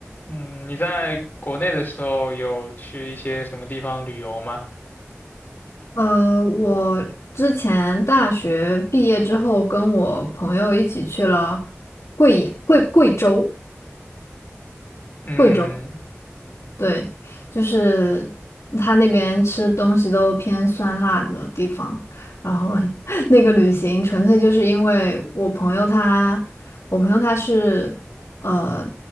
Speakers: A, on the left; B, on the left.
A: 嗯，你在国内的时候有去一些什么地方旅游吗？
B: 呃，我之前大学毕业之后，跟我朋友一起去了贵野、贵贵州、
A: 嗯，
B: 贵州，对，就是他那边吃东西都偏酸辣的地方。然后 <laughs> 那个旅行纯粹就是因为我朋友他，我朋友他是呃，